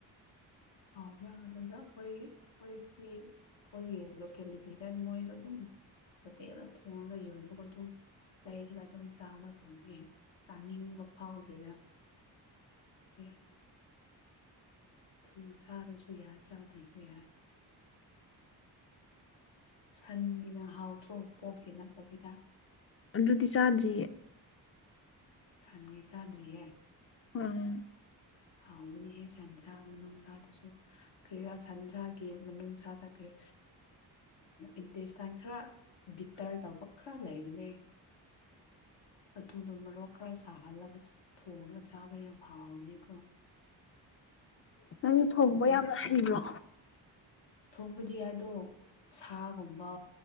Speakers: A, on the left; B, on the left.
A: ꯑꯥꯎ ꯌꯥꯕ꯭ꯔꯥꯕ꯭ꯔꯥ ꯑꯩꯈꯣꯏ ꯑꯩꯈꯣꯏꯒꯤ ꯑꯩꯈꯣꯏꯒꯤ ꯂꯣꯀꯦꯂꯤꯇꯤꯗ ꯃꯣꯏꯗꯣ ꯑꯗꯨꯝ ꯐꯤꯗ ꯊꯣꯡꯅꯒ ꯑꯣꯏꯕ ꯀꯆ ꯂꯩꯔꯒ ꯑꯗꯨꯝ ꯆꯥꯕ ꯊꯣꯡꯑ ꯆꯥꯅꯤꯡꯕ ꯐꯥꯎꯗ꯭ꯔꯦꯒ ꯍ ꯎꯝ ꯆꯥꯔꯁꯨ ꯌꯥꯏ ꯆꯥꯗ꯭ꯔꯁꯨ ꯌꯥꯏ ꯁꯟꯒꯤꯅ ꯍꯥꯎꯗ꯭ꯔꯣ ꯄꯣꯛꯇꯤ ꯅꯠꯇꯕꯤꯗ
B: ꯑ ꯔꯨꯗꯤ ꯆꯥꯗꯔꯤꯌꯦ
A: ꯁꯟꯒꯤ ꯆꯥꯗ꯭ꯔꯤꯍꯦ
B: ꯎꯝ
A: ꯍꯥꯎꯕꯅꯤꯍꯦ ꯁꯟꯁꯥ ꯅꯨꯡꯁꯥꯗꯁꯨ ꯀ꯭ꯔꯤ ꯁꯟꯖꯥꯒꯤ ꯃꯅꯨꯡꯅꯨꯡꯁꯥꯗ ꯀꯔꯤ
B: ꯎ
A: ꯏꯟꯇꯔꯦꯁꯇꯥꯟ ꯈꯔ ꯇꯥꯔ ꯇꯧꯕ ꯈꯔ ꯂꯩꯔꯨꯅꯦ ꯑꯗꯨꯨꯗꯣ ꯃꯔꯣꯛ ꯈꯔ ꯁꯥꯍꯜꯂꯒ ꯊꯣꯡꯉꯒ ꯆꯥꯕ ꯌꯥꯝ ꯍꯥꯎꯕꯅꯤ ꯄꯤꯣ
B: ꯅꯪꯁꯨ ꯊꯣꯡꯕ
A: ꯃꯦꯠꯄꯗꯁꯨ
B: ꯌꯥꯝꯅ ꯍꯩꯕ꯭ꯔꯣ
A: ꯍꯥꯎ ꯊꯣꯡꯕꯗꯤ ꯍꯥꯏꯗꯣ ꯁꯥꯒꯨꯝꯕ